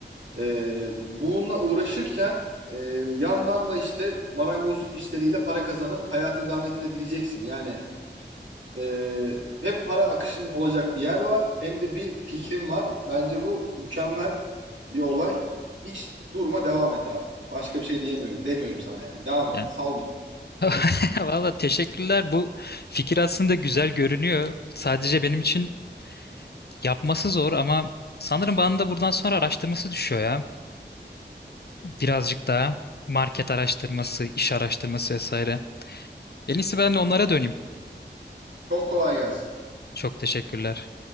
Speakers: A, on the right (about 90°); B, on the left (about 60°).
A: e, bununla uğraşırken e, yandan da işte marangozluk işleriyle para kazanıp hayatı idame ettirebileceksin. Yani ee, hep para akışının olacak bir yer var. Hem de bir fikrim var. Bence bu mükemmel bir olay. Hiç durma devam et abi. Başka bir şey diyemiyorum. Demiyorum sana yani. Devam et.
B: Yani
A: Saldır.
B: <laughs> valla teşekkürler. Bu fikir aslında güzel görünüyor. Sadece benim için yapması zor ama sanırım bana da buradan sonra araştırması düşüyor ya. Birazcık daha market araştırması, iş araştırması vesaire. En iyisi ben de onlara döneyim.
A: Çok kolay gelsin.
B: Çok teşekkürler.